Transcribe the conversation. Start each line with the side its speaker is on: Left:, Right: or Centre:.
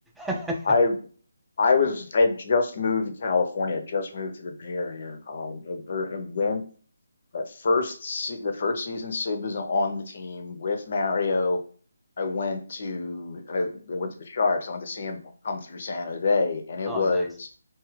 Centre: <laughs>
Left: I I was I had just moved to California. I just moved to the Bay Area. Um, I, or I went that first se the first season. Sid was on the team with Mario. I went to I, I went to the Sharks. I went to see him come through San Jose, and it
Centre: oh,
Left: was
Centre: nice.